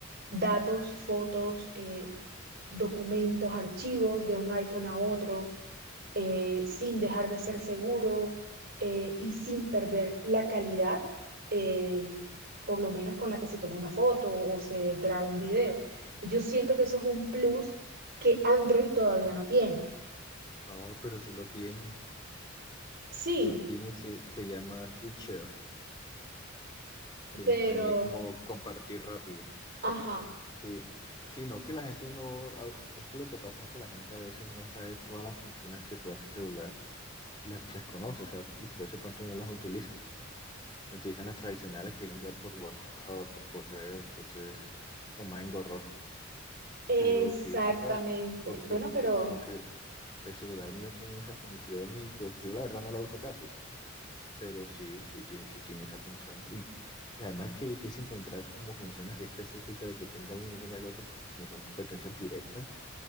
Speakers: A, on the right; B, on the left.
A: datos, fotos, eh, documentos, archivos de un iPhone a otro, eh, sin dejar de ser seguro eh, y sin perder la calidad, eh, por lo menos con la que se toma una foto o se graba un video. Yo siento que eso es un plus que Android todavía no tiene.
B: no, pero sí lo tiene,
A: Sí,
B: sí lo tiene, se, se llama Quick Share, que
A: pero...
B: en español es como compartir rápido.
A: Ajá.
B: Sí, sí, no que la gente no, a- es que lo que pasa es que la gente a veces no sabe todas las funciones que puede hacer un celular y las desconoce, o sea, y por eso de pronto no las utilizan. Utilizan las tradicionales que envían por WhatsApp o por correo, entonces como más engorroso.
A: Exactamente.
B: Pero que yo sepa, porque
A: Bueno, pero,
B: el, porque el celular mío tiene esa función y pues yo la verdad no la uso casi, pero sí, sí, ti- sí tiene esa función. Y, y además que es difícil encontrar como funciones así específicas de que tenga uno y no tenga el otro, porque como son competencias directas